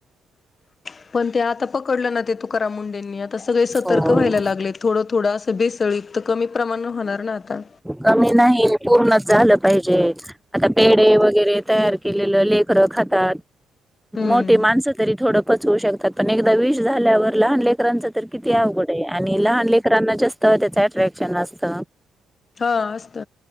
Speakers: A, on the left; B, in the centre.
A: <unintelligible> पण ते आता पकडलं ना ते तुकाराम मुंडेंनी आता सगळे सतर्क
B: हो
A: व्हायला लागले थोडं थोडं असं बेसळी त कमी प्रमाण होणार ना आता
B: कमी नाही पूर्णच झालं पाहिजे आता पेढे वगैरे तयार केलेलं लेकरं खातात
A: हम्म
B: मोठी माणस थोड पचवु शकतात पण एकदा विष झाल्यावर लहान लेकरांच तर किती अवघड आहे आणि लहान लेकरांना असत त्याच अट्रॅक्शन असत
A: हा असत.